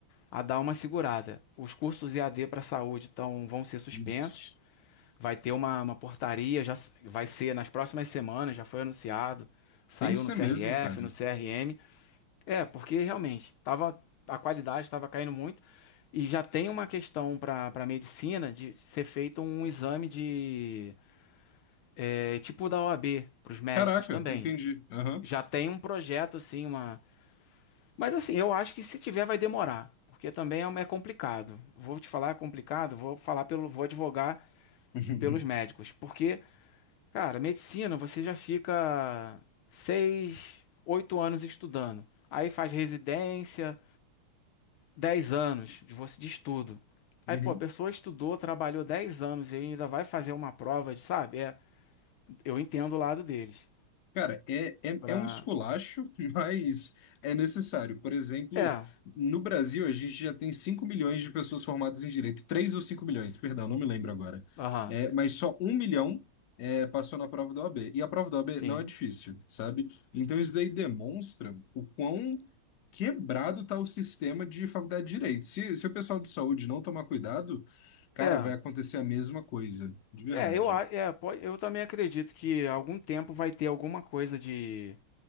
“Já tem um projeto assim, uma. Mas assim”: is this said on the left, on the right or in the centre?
Left